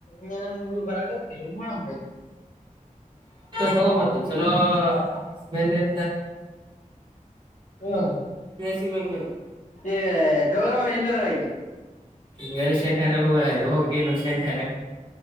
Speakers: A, on the left (about 65°); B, on the right (about 35°).
A: ನೀನ ಮೂವ ಬರಾಗನು ಮಾಡಾಮ್ ಪೈ
B: ತಗೊ ಮ ಚಲೋ ಸ್ಮೆಲ್ ಇರ್ತ್ತ
A: ಹ್ಮ
B: ಸಿಗ್ಬೇಕ್ ನೀನು
A: ಈ ಗೌರವ ಎಲ್ಲದಲ್ ಈಗ
B: ಲ್ಲಿ ಶೆಂಟರ ಹಗಳ ಹೋಗ ನೀನು ಶೆಂಟಾ ಅರಕ